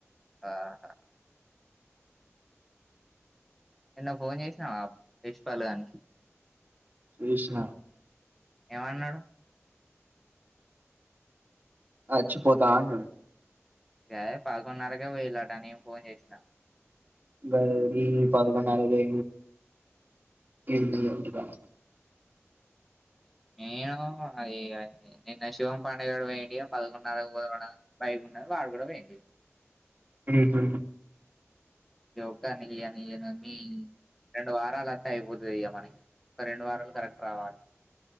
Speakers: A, in the centre; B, on the right.
A: ఆహా నిన్న ఫోన్ చేసినావా దేశ్పాల్ గానికి
B: ఏశినా
A: ఏమన్నాడు
B: అచ్చి పోతా అన్నాడు
A: ఐ పదకొన్నరకే పోయి ఇల్లు ఆట నేను ఫోన్ చేసినా
B: అవి పదకొన్నరకి పోయింది <unintelligible>
A: ఏమో ఆది ఇగ నిన్న శివం పాండే గాడు పోయిండాడు ఇగ పదకొన్నరకి <unintelligible> పై. వాడు కూడా పోయిండు ఇగ
B: ఉహు
A: <unintelligible> రెండు వారాల టై పోతాది ఇగ మనకి ఇంకా రెండు వారాలు కరెక్ట్ రావాలి